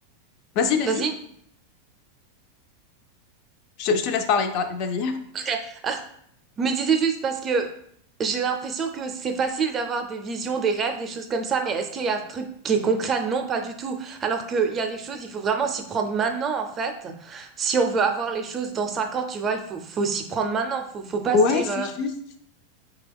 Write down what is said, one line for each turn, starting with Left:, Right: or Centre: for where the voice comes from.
Left: vas-y, vas-y,
Right: vas-y.
Left: je te je te laisse parler, tu vas-y.
Right: Ok. Je me disais juste parce que j'ai l'impression que c'est facile d'avoir des visions, des rêves, des choses comme ça, mais est-ce qu'il y a un truc qui est concret? Non, pas du tout. Alors qu'il y a des choses, il faut vraiment s'y prendre maintenant, en fait. Si on veut avoir les choses dans cinq ans, tu vois, il faut, faut s'y prendre maintenant. Faut, faut pas
Left: Ouais,
Right: se dire,
Left: c'est
Right: euh,
Left: juste